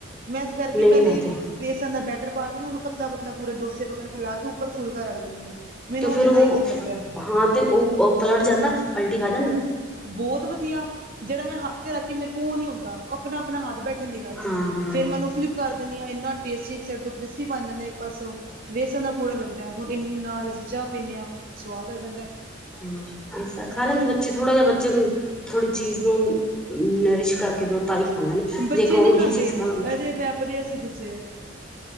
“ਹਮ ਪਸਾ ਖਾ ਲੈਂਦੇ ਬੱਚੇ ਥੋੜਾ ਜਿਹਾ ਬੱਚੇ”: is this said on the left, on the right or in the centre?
Centre